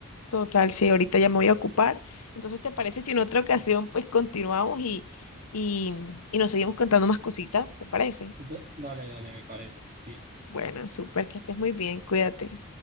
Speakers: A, on the left; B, on the right.
A: total, sí, ahorita ya me voy a ocupar. Entonces, ¿te parece si en otra ocasión pues continuamos y, y, y nos seguimos contando más cositas? ¿Te parece?
B: Da- Dale, dale, me parece. Listo.
A: Bueno, súper, que estés muy bien, cuídate.